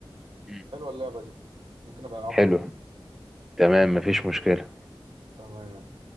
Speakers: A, in the centre; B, on the right (about 65°).
A: مم.
B: حلوة اللعبة دي ممكن أبقى ألعبها
A: حلو
B: تاني
A: تمام مفيش مشكلة
B: تمام